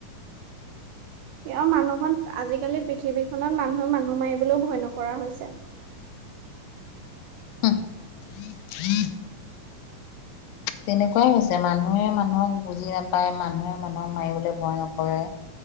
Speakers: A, on the right; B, on the left.
A: কিয় মানুহখন আজিকালি পৃথিৱীখনত মানুহে মানুহ মাৰিবলৈও ভয় নকৰা হৈছে।
B: <unintelligible> তেনেকুৱাই হৈছে মানুহে মানুহক বুজি নাপায়, মানুহে মানুহক মাৰিবলৈ ভয় নকৰে।